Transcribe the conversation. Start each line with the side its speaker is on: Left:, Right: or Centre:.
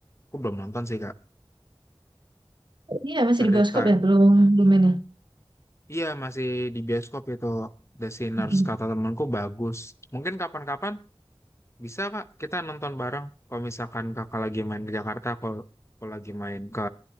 Left: Aku belum nonton sih Kak.
Right: Ini ya masih
Left: Cerita,
Right: di bioskop ya? Belum, belum ini.
Left: iya masih di bioskop itu The Sinners.
Right: Mhm.
Left: Kata temanku bagus. Mungkin kapan-kapan bisa Kak kita nonton bareng. Kalau misalkan Kakak lagi main ke Jakarta, kalau, kalau lagi main ke